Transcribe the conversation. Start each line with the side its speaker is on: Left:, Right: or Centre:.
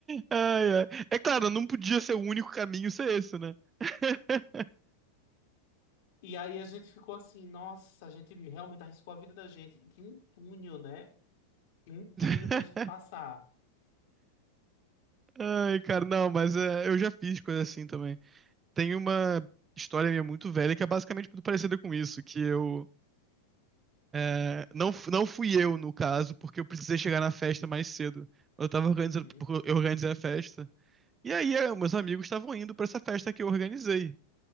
Right: Ai, ai. É claro, não podia ser o único caminho ser esse, né? <laughs>
Left: E aí a gente ficou assim, nossa, a gente realmente arriscou a vida da gente. E tinha um túnel, né? E um túnel
Right: <laughs>
Left: pra gente passar.
Right: Ai, cara, não, mas é, eu já fiz coisa assim também. Tem uma história minha muito velha que é basicamente muito parecida com isso, que eu é, não f- não fui eu no caso, porque eu precisei chegar na festa mais cedo. Eu tava organizando,
Left: Uhum.
Right: porque eu organizei a festa. E aí, é, meus amigos estavam indo pra essa festa que eu organizei.